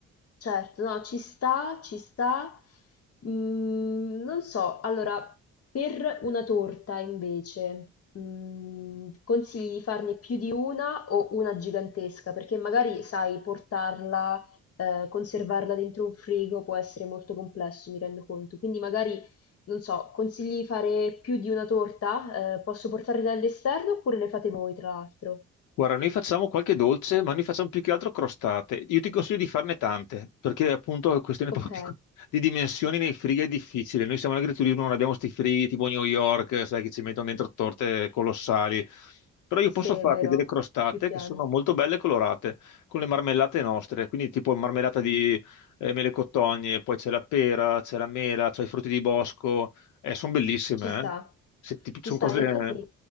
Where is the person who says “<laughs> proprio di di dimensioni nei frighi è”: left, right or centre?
Left